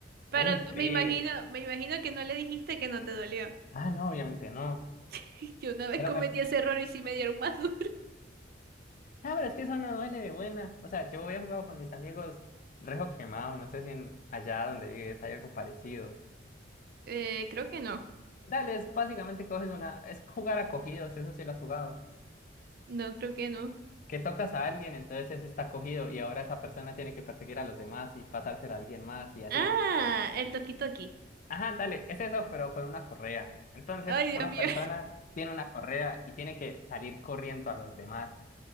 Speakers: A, on the right; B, on the left.
A: Pero
B: uy, breve.
A: me imagino, me imagino que no le dijiste que no te dolió.
B: Ah, no, obviamente no.
A: <laughs> Yo una vez
B: Pero
A: cometí
B: me... No,
A: ese error y sí me dieron más <laughs> duro.
B: pero es que eso no duele de buena. O sea, yo había jugado con mis amigos rejo quemado. No sé si en allá donde vives hay algo parecido.
A: Eh, creo que no.
B: Dale, es básicamente coges una, es jugar a cogidos, eso sí lo has jugado.
A: No, creo que no.
B: Que tocas a alguien, entonces ese está cogido y ahora esa persona tiene que perseguir a los demás y pasársela a alguien más y así.
A: Ah, el Doki Doki.
B: Ajá, dale, es eso, pero con una correa. Entonces,
A: Ay,
B: una
A: Dios mío.
B: persona tiene una correa y tiene que salir corriendo a los demás.